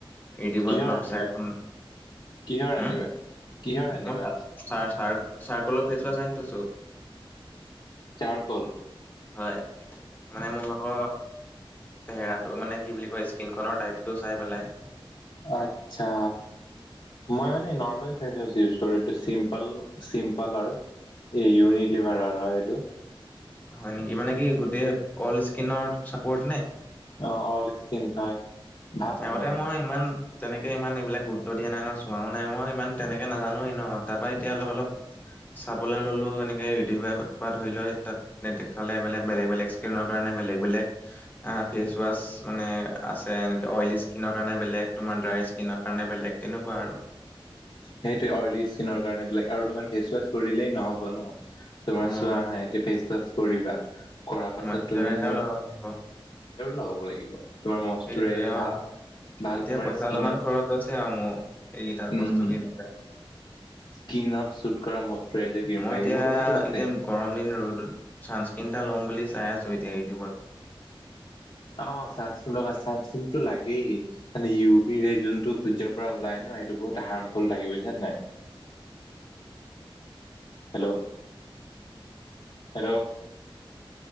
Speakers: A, on the left; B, on the left.
A: ইউটোবত
B: কিহৰ আনিবা
A: চাই মানে
B: কিহৰ
A: উম,
B: আনিবা কিহৰ আনিবা
A: ম চ <unintelligible> চাৰ-চাৰ্কলৰ ফেচ ৱাছ আনি থৈছোঁ।
B: Sir call?
A: হয়, মানে মোৰ ভাগৰ চেহেৰাটো মানে কি বুলি কয়, স্কিনখনৰ টাইপটো চাই পেলাই।
B: আচ্ছা, মই মানে নৰ্মেল ইউজ কৰোঁ, এইটো চিম্প-চিম্পালৰ এই ইউৰিন লিভাৰৰ হয় এইটো।
A: হয় নেকি, মানে কি গোটেই অল স্কিনৰ চাপৰ্ট নে?
B: অ', অল স্কিন হয়। ভাল হয়
A: আগতে
B: মানে
A: মই ইমান তেনেকে ইমান এইবিলাক গুৰুত্ব দিয়া নাই ন', চোৱাও নাই, মই ইমান তেনেকে নাজানোৱেই ন', তাৰ পৰা এতিয়া অলপ অলপ চাবলৈ ল'লো, এনেকে ইউটিউবৰ পৰা ধৰি লৈ তাত নেদেখালে মানে বেলেগ-বেলেগ স্কিনৰ কাৰণে বেলেগ-বেলেগ, ফেচ ৱাছ মানে আছে, এনে অইল স্কিনৰ কাৰণে বেলেগ, তোমাৰ ড্ৰাই স্কিনৰ কাৰণে বেলেগ, তেনেকুৱা আৰু।
B: সেইটোৱে অইলী স্কিনৰ কাৰণে বেলেগ আৰু তোমাৰ ফেচ ৱাছ কৰিলেই নহ'ব ন'। তোমাৰ
A: উম
B: চোৱা হাঁ, এতিয়া ফেচ ৱাচ কৰিবা, কৰাৰ পাছত,
A: মইশ্চাৰাইজাৰো
B: তুমি ম
A: লগাব লাগিব
B: লগাব লাগিব মাৰ
A: সেইটোৱে
B: <unintelligible>
A: অ
B: ভাল। ভাল
A: এতিয়া
B: তোমাৰ
A: পইচা
B: স্কিনত
A: অলপমান খৰচ হৈছে আৰু মোৰ, এইকেইটা
B: উম
A: বস্তু কেইটাত।
B: স্কিনত শুট কৰা মইশৰাইজাৰ ক্ৰীম
A: মই
B: লাগে
A: এতিয়া
B: মোৰ লগতো আছে।
A: এতিয়া গৰম দিন ৰ'দত, ছানস্ক্ৰীন এটা ল'ম বুলি চাই আছো এতিয়া ইউটিউবত।
B: অ, চানস্ক্ৰীন লগা চাঞ্চক্ৰীম টো লাগেই। মানে ইউ, বি, ৰে যোনটো সূৰ্যৰ পৰা ওলাই ন, এইেটো বহুত হাৰ্মফুলাগে বুজিছা নে নাই।
A: স
B: হেল্ল, হেল্ল,